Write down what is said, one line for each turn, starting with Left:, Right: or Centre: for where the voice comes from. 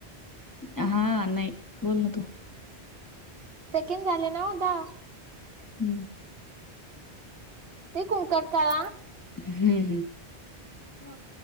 Left: हा, नाही, बोल ना तू
Right: सेकंड झाले ना ओ धा
Left: हम्म
Right: ते कुंकट काळा
Left: हम्म हम्म
Right: ह्ह्ह